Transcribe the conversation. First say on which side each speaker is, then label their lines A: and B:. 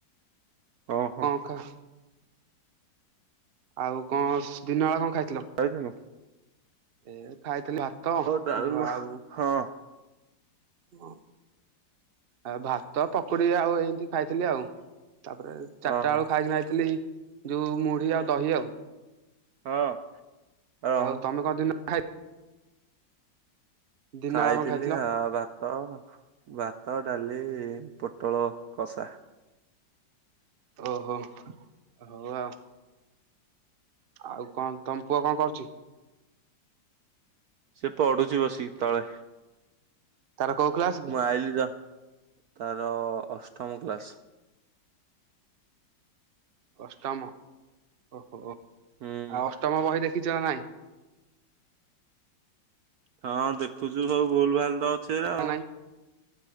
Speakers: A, on the right; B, on the right.
A: ଓହୋ।
B: ଅଁ କା। ଆଉ କଁ ଦିନ ଆ କଁ ଖାଇଥିଲ?
A: ଖାଇଥିନୁ।
B: ଏ ଖାଇଥିଲୁ ଭାତ
A: ଡାଲମା
B: ଭ ଆଉ
A: ହଁ
B: ଅଁ ଆ ଭାତ, ପକୁଡି ଆଉ ଏନ୍ତି ଖାଇଥିଲି ଆଉ ତାପରେ ଚାରିଟା
A: ଓହୋ
B: ଆଳୁ ଖାଇକିନା ଆଇଥିଲି ଯୋଉ ମୁଢି ଆଉ ଦହି ଆଉ।
A: ହଁ ଆଉଁ।
B: ଆଉ ତମେ କଁ ଦିନ ଖାଇ ଦିନ
A: ଖାଇଥିଲି
B: ବେଳା କଣ ଖାଇଥିଲ?
A: ଆ ଭା ତ ଭାତ, ଡାଲି, ପୋଟଳ କଷା।
B: ଓହୋ, ହଉ ଆଉ। ଆଉ କଁ ତମ ପୁଅ କଁ କରୁଚି?
A: ସେ ପଢୁଚି ବସିକି ତଳେ।
B: ତାର କୋଉ କ୍ଲାସ୍?
A: ମୁଁ ଆଇଲିି ଯା ତାର ଅଷ୍ଟମ କ୍ଲାସ୍।
B: ଅଷ୍ଟମ ଓହୋ,
A: ହୁଁ
B: ଆଉ ଅଷ୍ଟମ ବହି ଦେଖିଚ ନା ନାଇଁ?
A: ହଁ ଦେଖୁଚୁ ସବୁ ଭୁଲ୍ ଭାଲ୍ ତ ଅଛି ସେଟା
B: ନା
A: ଆଉ।
B: ନାଇଁ